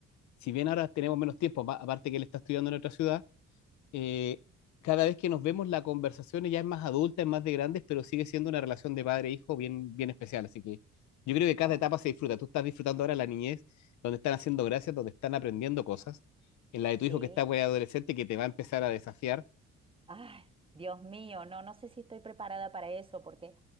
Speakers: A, on the left; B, on the right.
A: si bien ahora tenemos menos tiempo, aparte que él está estudiando en otra ciudad, eh, cada vez que nos vemos la conversación ya es más adulta, es más de grandes, pero sigue siendo una relación de padre-hijo bien, bien especial. Así que yo creo que
B: claro,
A: cada etapa se disfruta. Tú estás disfrutando ahora la niñez, donde están haciendo gracias, donde están aprendiendo cosas. En la de
B: sí.
A: tu hijo que está güey, adolescente, que te va a empezar a desafiar.
B: Ay, Dios mío, no, no sé si estoy preparada para eso, porque